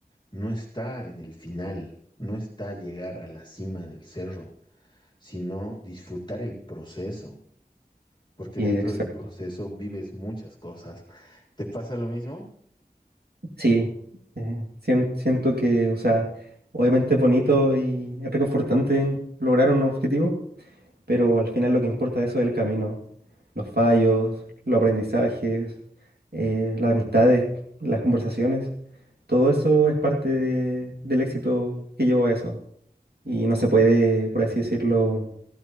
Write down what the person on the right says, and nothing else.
Y
exacto.
Sí, eh, sien- siento que, o sea, obviamente es bonito y es reconfortante lograr un objetivo, pero al final lo que importa de eso es el camino, los fallos, los aprendizajes, eh, las amistades, las conversaciones, todo eso es parte de- del éxito que llevó a eso y no se puede, por así decirlo,